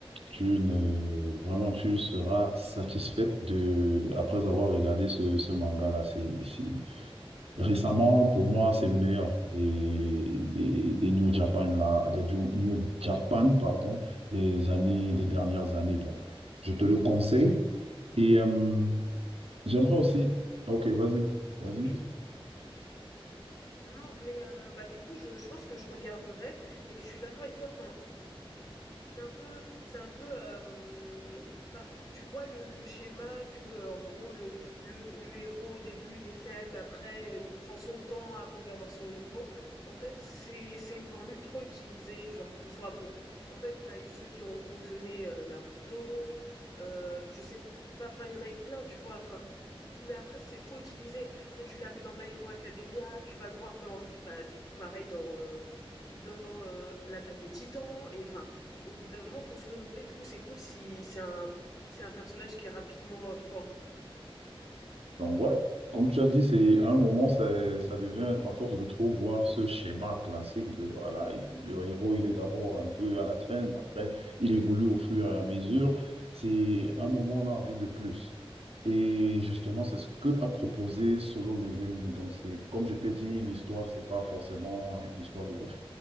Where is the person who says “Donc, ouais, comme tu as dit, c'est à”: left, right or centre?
Right